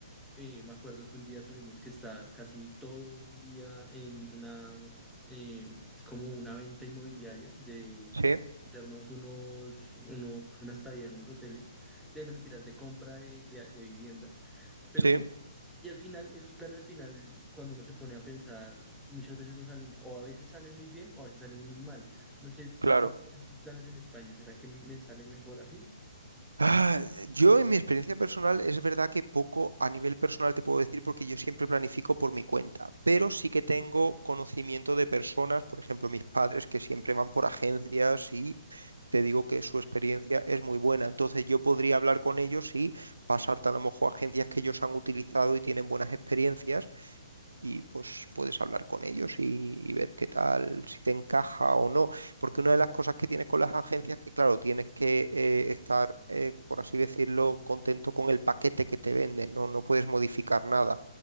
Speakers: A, in the centre; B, on the right.
A: eh, me acuerdo que un día tuvimos que estar casi todo un día en una, eh, es como una venta inmobiliaria de
B: sí,
A: hacernos unos, unos, una estadía en unos hoteles, de no mentiras, de compra de, de, de viviendas. Pero,
B: sí,
A: y al final, esos planes al final, cuando uno se pone a pensar, muchas veces no salen, o a veces salen muy bien, o a veces salen muy mal. No sé, tú
B: claro.
A: cómo ves esos planes en España, ¿será que me sale mejor así?
B: Ah, yo en mi experiencia personal es verdad que poco a nivel personal te puedo decir porque yo siempre planifico por mi cuenta, pero sí que tengo conocimiento de personas, por ejemplo mis padres que siempre van por agencias y te digo que su experiencia es muy buena, entonces yo podría hablar con ellos y pasarte a lo mejor a agencias que ellos han utilizado y tienen buenas experiencias y pues puedes hablar con ellos y, y ver qué tal, si te encaja o no. Porque una de las cosas que tienes con las agencias es que, claro, tienes que eh, estar, eh, por así decirlo, contento con el paquete que te venden, ¿no? No puedes modificar nada.